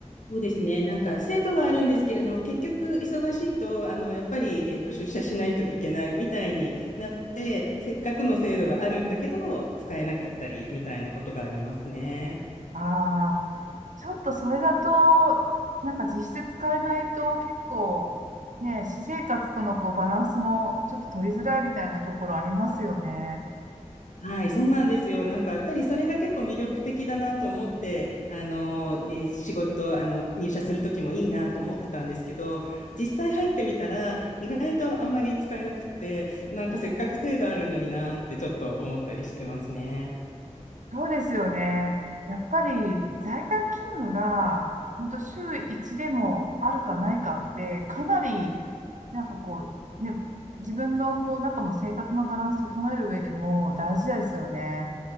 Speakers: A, on the left; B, on the right.
A: そうですね。なんか制度はあるんですけれども、結局忙しいと、あの、やっぱり、えっと、出社しないといけないみたいになって、せっかくの制度があるんだけど、使えなかったりみたいなことがありますね。
B: ああ、ちょっとそれだと、なんか実質使えないと結構、ね、私生活とのこうバランスもちょっと取りづらいみたいなところありますよね。
A: はい、そうなんですよ。なんか、やっぱりそれが結構魅力的だなと思って、あの、えー仕事、あの、入社するときもいいなと思ってたんですけど、実際入ってみたら、意外とあんまり使えなくって、なんかせっかく制度あるのになってちょっと思ったりしてますね。
B: そうですよね。やっぱり在宅勤務が、本当週1でもあるかないかって、かなり、なんかこう、ね、自分のこう、中の生活のバランス整える上でも大事ですよね。